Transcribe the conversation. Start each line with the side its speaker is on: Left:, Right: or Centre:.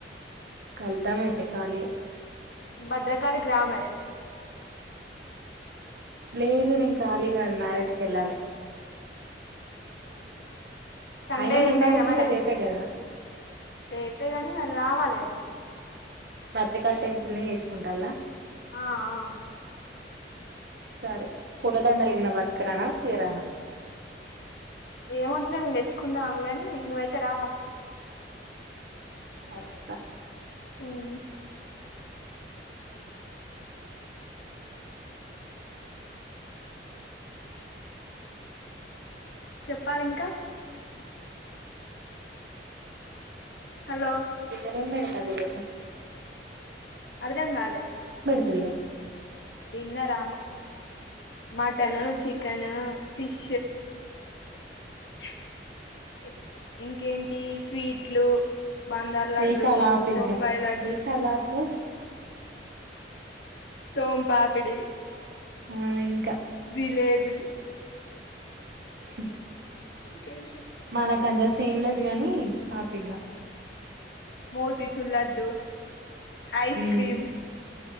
Right: కలుతామయితే ఖాళీ యే
Left: భద్రకాళికి రా మరి
Right: లేదు నిను ఖాళీ కాదు మ్యారేజ్కి వెళ్ళాలే
Left: సండే
Right: అయినా నీ
Left: ఏమి
Right: మ్యారేజ్
Left: లేదా మరి
Right: కూడా రేపే కదా
Left: రేపే గాని మరి రావాలి
Right: బద్రికాల టెంపుల్నే చేసుకుంటలా
Left: ఆ ఆ
Right: సరే పూలదండలు గిన పట్టుకు రాన తీరనా
Left: ఏమ్ వద్దులే మిము తెచ్చుకుంటాం గాని కాని నువ్వైతే రా ఫస్ట్
Right: ఆస్తా
Left: అవునా చెప్పాలి ఇంకా హలో
Right: డిన్నర్ ఏం పెడతారు ఈరోజు
Left: అర్ధం కాలే
Right: తెల్లే.
Left: డిన్నరా మటను చికెను ఫిష్. చె. ఇంకేంటి స్వీట్లు. బందర్ లడ్డు
Right: వేషాలు ఆపు
Left: బొంబాయ్
Right: ఇగ
Left: లడ్డు.
Right: వేషాలు ఆపు
Left: సోమ్ పాపిడి.
Right: హ్మ్.
Left: జిలేబి.
Right: హు.
Left: ఇంకేంటి
Right: మనకు అంత సీన్ లేదు గాని ఆపింగా.
Left: Motichoor laddu ice
Right: um
Left: cream.